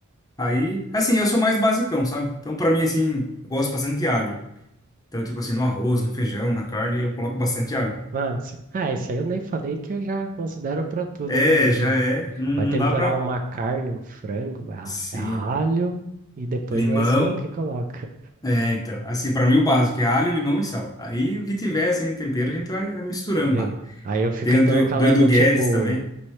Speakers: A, on the left; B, on the right.
A: Aí, assim, eu sou mais basicão, sabe? Então, pra mim, assim, eu gosto bastante de alho. Então, tipo assim, no arroz, no feijão, na carne, eu coloco bastante alho.
B: Ah, sim. Ah, isso aí eu nem falei que eu já considero pra tudo
A: É,
B: também.
A: já é. Não,
B: Vai
A: não
B: temperar
A: dá pra.
B: uma carne, um frango, a,
A: Sim.
B: a alho, e depois
A: Limão.
B: nós vemos o que coloca.
A: É, então. Assim, pra mim, o básico é alho, limão e sal. Aí, o que tiver, assim, de tempero, a gente vai, vai misturando
B: Sim.
A: lá.
B: Aí eu fico
A: Tem
B: intercalando,
A: o do, do Edu Guedes
B: tipo,
A: também.